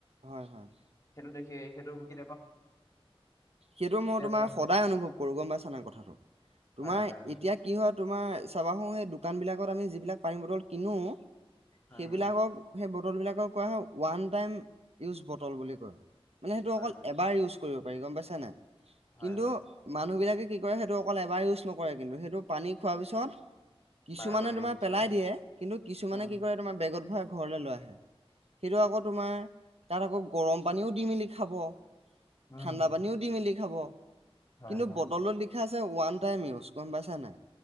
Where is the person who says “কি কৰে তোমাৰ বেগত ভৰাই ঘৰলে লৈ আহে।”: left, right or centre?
Right